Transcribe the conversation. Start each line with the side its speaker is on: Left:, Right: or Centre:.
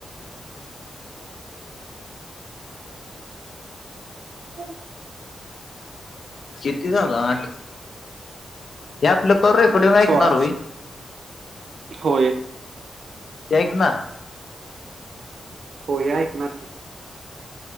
Right: हो.
Left: छतीस आठ हे आपलं करूयकड
Right: आठ,
Left: ऐकणारय.
Right: सोळा होय
Left: तेऐक ना.
Right: हो ऐकणारकीी